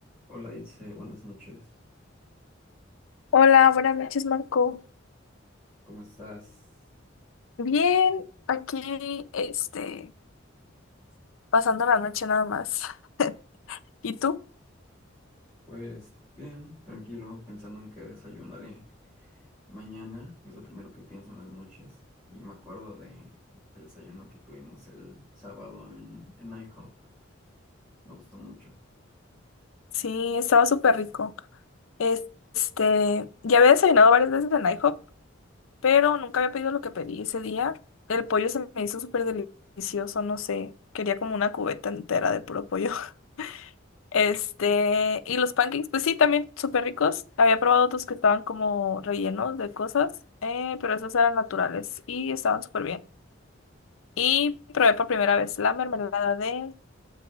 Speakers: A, in the centre; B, on the left (about 85°).
A: Hola Ilse, buenas noches.
B: Hola, buenas noches, Marco.
A: ¿Cómo estás?
B: Bien, aquí, este, pasando la noche nada más. <laughs> ¿Y tú?
A: Pues bien, tranquilo, pensando en qué desayunaré mañana, es lo primero que pienso en las noches. Y me acuerdo de el desayuno que tuvimos el sábado en, en IHOP. Me gustó mucho.
B: Sí, estaba súper rico. Es- Este, ya había desayunado varias veces en IHOP, pero nunca había pedido lo que pedí ese día. El pollo se me hizo súper delicioso, no sé. Quería como una cubeta entera de puro pollo. <laughs> Este, y los pancakes, pues sí, también súper ricos. Había probado otros que estaban como rellenos de cosas, eh, pero esos eran naturales y estaban súper bien. Y probé por primera vez la mermelada de,